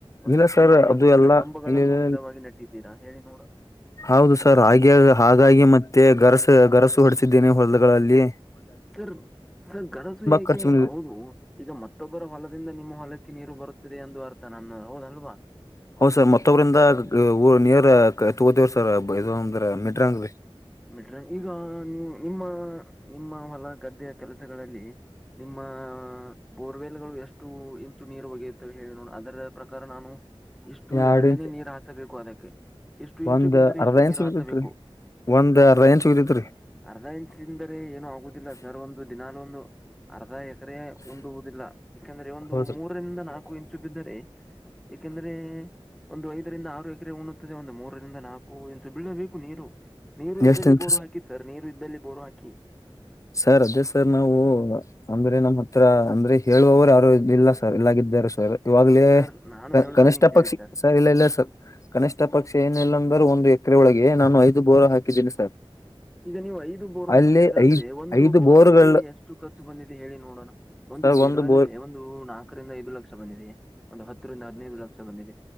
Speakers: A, in the centre; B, on the left.
A: ಮತ್ತು
B: ಇಲ್ಲ ಸರ್
A: ಕಂಬಗಳ
B: ಅದು
A: ಇಲ್ಲ
B: ಎಲ್ಲ
A: ಕಂಬಗಳನ್ನು
B: ಇಲ್ಲ
A: ಗಿಡವಾಗಿ ನೆಟ್ಟಿದ್ದೀರಾ ಹೇಳಿ ನೋಡ
B: ಹೌದು ಸರ್ ಹಾಗೆ ಹಾಗಾಗಿ ಮತ್ತೆ ಗರಸ ಗರಸು ಹೊಡಸಿದ್ದೇನೆ ಹೊಲ್ಗಳಲ್ಲಿ
A: ಸರ್ ಸರ್ ಗರಸು ಯಾಕೆ
B: ಖರ್ಚು ಬಂದಿದೆ
A: ಹೌದು ಈಗ ಮತ್ತೊಬ್ಬರ ಹೊಲದಿಂದ ನಿಮ್ಮ ಹೊಲಕ್ಕೆ ನೀರು ಬರುತ್ತದೆ ಎಂದು ಅರ್ಥ ನನ್ನ ಹೌದಲ್ವಾ
B: ಹ್ ಸರ್ ಮತೊಬ್ಬರಿಂದ ನಿರ್ ತಗೋತಿವಿ ಸರ್ ಅಂದ್ರ ಮಿಡ್ರಾಂಗ್
A: ಮೆಟ್ರನ್ ಈಗ ನೀವು ನಿಮ್ಮ ನಿಮ್ಮ ಹೊಲ ಗದ್ದೆ ಕೆಲಸಗಳಲ್ಲಿ ನಿಮ್ಮ ಬೋರ್ವೆಲ್ ಗಳು ಎಷ್ಟು ಇಂಚು ನೀರು ಒಗೆಯುತ್ತವೆ ಹೇಳಿ ನೋ ಅದರ ಪ್ರಕಾರ ನಾನು ಇಷ್ಟು
B: ಎರಡ್
A: ಎಕರೆನೇ
B: ಇಂಚ್
A: ನೀರು ಹಾಸಬೇಕು ಅದಕ್ಕೆ ಇಷ್ಟು ಇಂಚು
B: ಒಂದ್
A: ಬಿದ್ದರೆ
B: ಅರ್ಧ
A: ಇಷ್ಟು
B: ಇಂಚ್
A: ನೀರು
B: ಉಳಿತೈತ್ರಿ
A: ಹಾಸಬೇಕು
B: ಒಂದ್ ಅರ್ಧ ಇಂಚ್ ಬಿದತ್ರಿ
A: ಅರ್ಧ ಇಂಚ್ ಅಂದರೆ ಏನುೂ ಆಗುದಿಲ್ಲ ಸರ್ ಒಂದು ದಿನಾಲೂ ಒಂದು ಅರ್ಧ ಎಕರೆ ಉಂಡುವುದಿಲ್ಲ ಯಾಕೆಂದ್ರೆ ಒಂದು
B: ಹೌದ್ರಿ
A: ಮೂರರಿಂದ ನಾಲ್ಕು ಇಂಚು ಬಿದ್ದರೆ ಯಕೆಂದ್ರೆ ಒಂದು ಐದರಿಂದ ಆರು ಎಕರೆ ಉಣ್ಣುತ್ತದೆ ಒಂದು ಮೂರರಿಂದ ನಾಲ್ಕು ಇಂಚು ಬಿಳ ಬೇಕು ನೀರು ನೀರು ಇದ್ದಲ್ಲಿ
B: ಎಷ್ಟ್ ಇಂಚ್
A: ಬೋರು ಹಾಕಿ ಸರ್ ನೀರು ಇದ್ದಲ್ಲಿ ಬೋರು ಹಾಕಿ.
B: ಸರ್ ಅದೇ ಸರ್ ನಾವು. ಅಂದ್ರೆ ನಮ್ ಹತ್ರ ಅಂದ್ರೆ ಹೇಳುವವರು ಯಾರು ಇರಲಿಲ್ಲ ಸರ್ ಇಲ್ಲಾಗಾರ ಸರ್. ಇವಾಗ್ಲೇ
A: ಸರ್ ನಾನು ಹೇಳುತ್ತೇನೆ
B: ಕನಿಷ್ಠ
A: ಕೇಳಿ
B: ಪಕ್ಷ.
A: ಸರ್
B: ಇಲ್ಲ ಇಲ್ಲ ಸರ್ ಕನಿಷ್ ಪಕ್ಷ ಏನ ಇಲ್ಲಾ ಅಂದ್ರೂ ಒಂದು ಎಕರೆ ಒಳಗೆ ನಾನು ಐದು ಬೋರ್ ಹಾಕಿದ್ದೀನಿ ಸರ್.
A: ಈಗ ನೀವು ಐದು ಬೋರ್
B: ಅಲ್ಲಿ
A: ಹಾಕಿದ್ದೀರಾ ಅಂದ್ರೆ
B: ಐದ್
A: ಒಂದು.
B: ಐದು
A: ಬೋರ್ವೆಲ್ಗೆ
B: ಬೋರ್ಗಳು
A: ಎಷ್ಟು ಕತ್ತುು ಬಂದಿದೆ ಹೇಳಿ ನೋಡೋಣ ಒಂದು
B: ಸರ್
A: ಬೇರ್ವೆಲ್ಗೆ.
B: ಬೋರ್
A: ಒಂದು ನಾಲ್ಕರಿಂದ ಐದು ಲಕ್ಷ ಬಂದಿದೆಯೇ. ಒಂದು ಹತ್ತರಿಂದ ಹದಿನೈದು ಲಕ್ಷ ಬಂದಿದೆ